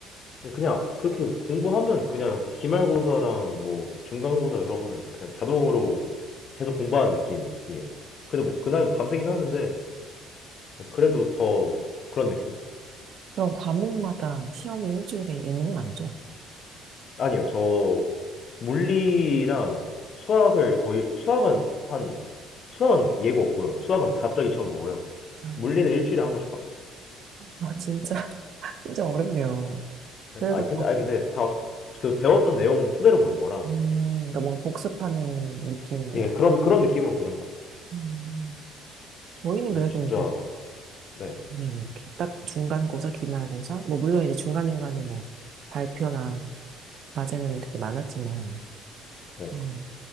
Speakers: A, on the left; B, on the right.
A: 근데 그냥 그렇게 공부하면 그냥 기말고사랑 뭐 중간고사 이런 거는 그냥 자동으로 계속 공부하는 느낌이에요. 그래도 뭐 그날 밤새긴 하는데, 그래도 더 그런 느낌?
B: 그럼 과목마다 시험이 일주일에 있는 건 아니죠?
A: 아니요, 저 물리랑 수학을 거의 수학은 한 수학은 예고 없고요. 수학은 갑자기 시험 보고요.
B: 아,
A: 물리는 일주일에 한 번씩 봤어요.
B: 아, 진짜, <laughs> 진짜 어렵네요. 그래도,
A: 아
B: 그-
A: 근데 아 근데 다 그 배웠던 내용 토대로 보는 거라
B: 음, 그러니까 뭔가 복습하는 느낌.
A: 예 그런 그런 느낌으로 보는 것 같아요.
B: 음, 저희는
A: 그래서
B: 그래도
A: 진짜
B: 이제
A: 네,
B: 네, 이렇게 딱 중간고사, 기말고사. 뭐, 물론 이제 중간중간에는 발표나 과제는 되게 많았지만,
A: 네.
B: 음,